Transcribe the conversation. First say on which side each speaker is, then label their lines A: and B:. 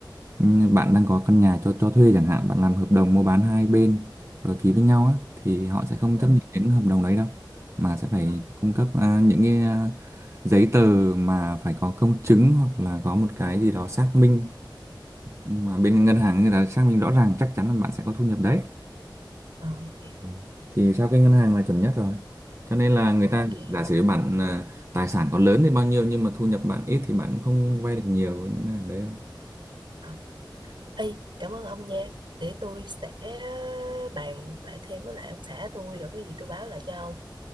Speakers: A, on the right (about 35°); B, on the right (about 75°).
A: ừ, bạn đang có căn nhà cho cho thuê chẳng hạn bạn làm hợp đồng mua bán hai bên rồi ký với nhau á thì họ sẽ không
B: ờ
A: chấp nhận những hợp đồng đấy đâu mà sẽ phải
B: ờ
A: cung cấp ờ, những cái ờ, giấy tờ mà phải có công chứng hoặc là có một cái gì đó xác minh mà bên ngân hàng người ta xác minh rõ ràng chắc chắn là bạn sẽ có thu nhập đấy
B: ờ hiểu
A: Ừ. thì sao cái ngân hàng là chuẩn nhất rồi cho nên là người
B: ok
A: ta giả sử bạn à, tài sản có lớn thì bao nhiêu nhưng mà thu nhập bạn ít thì bạn cũng không vay được nhiều với ngân hàng đấy đâu
B: ờ. Ê, cảm ơn ông nha để tôi sẽ bàn lại thêm với lại ông xã tôi rồi có gì tôi báo lại cho ông